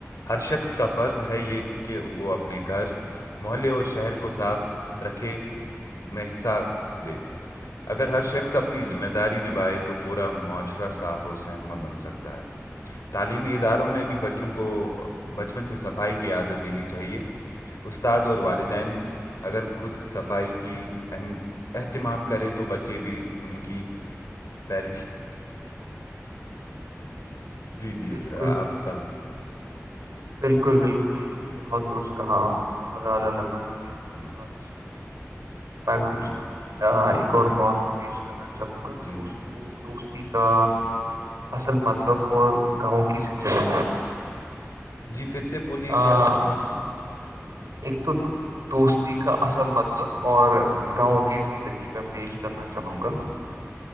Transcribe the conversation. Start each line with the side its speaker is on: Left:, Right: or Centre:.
Left: ہر شخص کا فرض ہے یہ کہ وہ اپنے گھر محلے اور شہر کو صاف رکھے میں حصہ دے اگر ہر شخص اپنی ذمہ داری نبھائے تو پورا معاشرہ صاف اور صحت مند بن سکتا ہے تعلیمی اداروں میں بھی بچوں کو بچپن سے صفائی کی عادت دینی چاہیے استاد اور والدین اگر خود صفائی کی اہم اہتمام کرے تو بچے بھی ان کی پیروی جی جی
Right: بالکل
Left: آپ پل
Right: بالکل بالکل بہت درست کہا آپ نے بہت اعال لگا مجھے آپ کی
Left: جی
Right: بات ب گچھ
Left: جی
Right: ا ق موزوع پیش کرنا چاہوں گا
Left: جی
Right: دوستوں
Left: جی
Right: دوستی کا اصل مطلب اور گاؤں کی زندگی
Left: جی پھر سے بولیے
Right: آ،
Left: کیا بولا آپ نے
Right: ایک تو دوستی کا اصل مطلب اور
Left: ہاں
Right: گاؤں کی زندگی میں پیش کرنا چاہوں
Left: جی جی
Right: گا